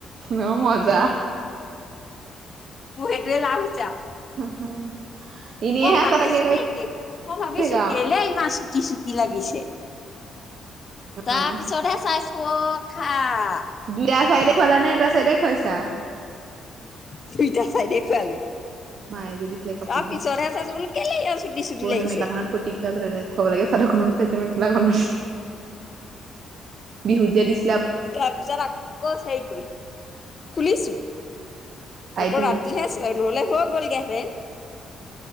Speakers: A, on the right (about 60°); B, on the left (about 40°).
A: ন মজা। <inaudible>
B: তোৰ সেইটোৱে <unintelligible>
A: <unintelligible> এনেইহে
B: মই ভাবিছো
A: আছা তাকে কৈ
B: দেই মই ভাবিছো
A: থাকা
B: কেলে
A: আৰু
B: ইমান চুটি চুটি লাগিছে। তাৰ
A: অ'
B: পিছতহে চাইছো <unintelligible>
A: দুইটা চাইডে খুৱলা নে এটা চাইডে খুৱাইছা?
B: দুইতা চাইদে খোৱালো।
A: মায়ে যে দিছিলে কাপুৰযোৰ।
B: তাৰ পিছতহে চাইছো বোলো কেলে <unintelligible>
A: পৰহি
B: লাগিছে
A: মেখলা খনত পতি খুৱাব লাগে। <unintelligible> খাইছে মেখেলাখন বিহুতজে দিছে
B: তাৰ পিছত আকৌ হেৰি কৰি খুলিছো
A: তাইতো
B: আকৌ ৰাতিহে নহলে হৈ গলগৈ।